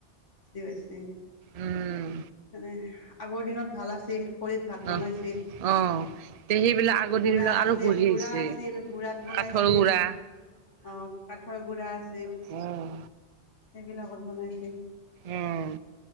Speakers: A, on the left; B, on the right.
A: হৈছে
B: উম
A: <unintelligible> মানে আগৰ দিনত ভাল আছিল খৰিত ভাত বনাইছিল।
B: অ অ তে সেইবিলাক আগৰ
A: গুড়া
B: দিন বিলাক
A: আছিল
B: আৰু ঘূৰি
A: গুড়া
B: আহিছে
A: আছিল গুড়াত বনাইছিল।
B: কাঠৰ গুড়া
A: অ' কাঠৰ গুড়া আছিল।
B: উম।
A: এই বিলাকত বনাইছে।
B: উম